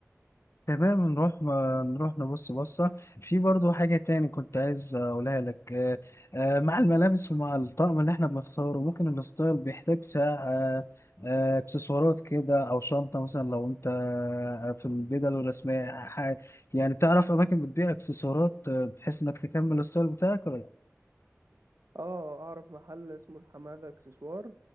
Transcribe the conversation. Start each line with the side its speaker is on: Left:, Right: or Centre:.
Left: تمام نروح نروح نبص بصة في برضو حاجة تاني كنت عايز أقولها لك آه، آه، مع الملابس ومع الطقم اللي احنا بنختاره ممكن الستايل بيحتاج ساعة آه، آه، اكسسوارات كده أو شنطة مثلا لو أنت آه، في البدل الرسمية ح- يعني تعرف أماكن بتبيع اكسسوارات آه، بحيث إنك تكمل الستايل بتاعك ولا لأ؟
Right: اه اعرف محل اسمه الحماده اكسسوار